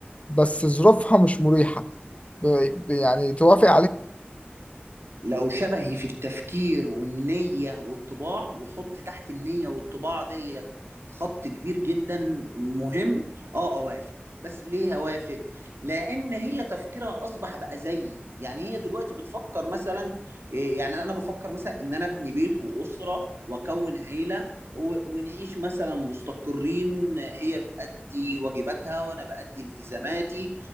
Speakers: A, on the left; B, on the right.
A: بس ظروفها مش مريحه ب- ب- يعني توافق
B: لو شبهي في التفكير والنية والطباع وحط تحت النية والطباع ديت خط كبير جدا مهم اه اوافق بس ليه هوافق؟ لأن هي تفكيرها أصبح بقى زيي، يعني هي دلوقتي بتفكر مثلا إيه، يعني أنا بفكر مثلا إن أنا أبني بيت وأسرة وأكون عيلة و- ونعيش مثلا مستقرين هي بتأدي واجباتها وأنا بأدي التزاماتي